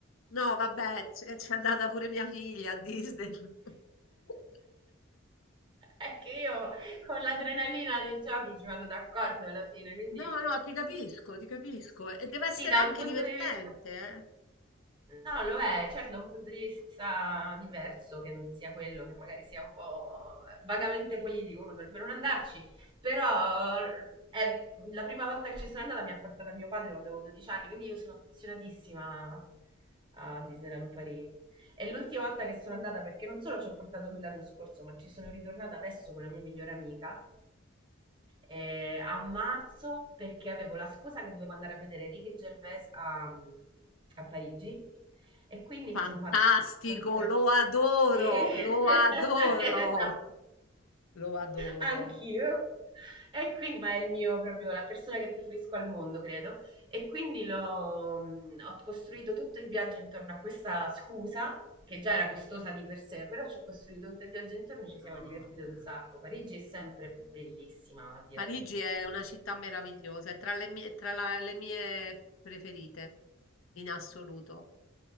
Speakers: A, on the left; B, on the right.
A: No, vabbè, c'è c'è andata pure mia figlia a Disney. <laughs>
B: È che io con l'adrenalina dei giochi ci vado d'accordo alla fine, quindi
A: No, no, ti capisco, ti capisco. E deve
B: sì,
A: essere
B: da
A: anche
B: un punto
A: divertente,
B: di vista
A: eh.
B: No, lo è, certo, da un punto di vista diverso, che non sia quello, che magari sia un po' vagamente politico, uno dovrebbe non andarci, però è la prima volta che ci sono andata mi ha portata mio padre quando avevo 12 anni, quindi io sono affezionatissima a Disneyland Paris. È l'ultima volta che sono andata perché non solo ci ho portato lui l'anno scorso, ma ci sono ritornata adesso con la mia migliore amica eh, a marzo perché avevo la scusa che dovevo andare a vedere Ricky Gervais a, a Parigi e quindi
A: Fantastico,
B: mi sono fatta tutta la...
A: lo adoro,
B: Sì, <laughs>
A: lo adoro,
B: esatto.
A: <laughs> lo adoro.
B: Anch'io. E quindi, ma è il mio proprio, la persona che preferisco al mondo, credo. E quindi l'ho, mh, ho costruito tutto il viaggio intorno a questa scusa, che già era costosa di per sé, però ci ho costruito tutto il viaggio intorno e ci siamo
A: Ah,
B: divertiti
A: bene.
B: un sacco. Parigi è sempre bellissima, al di
A: Parigi
B: là di Disneyland,
A: è una
B: dico.
A: città meravigliosa, è tra le mie, tra la- le mie preferite in assoluto.